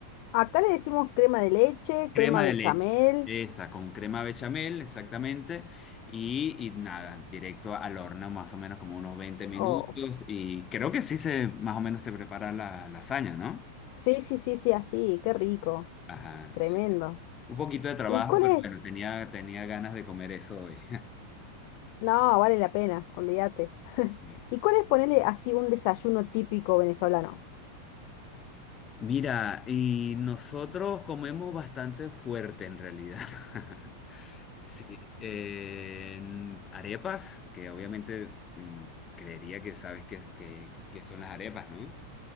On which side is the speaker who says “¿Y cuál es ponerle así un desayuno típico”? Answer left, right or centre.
Left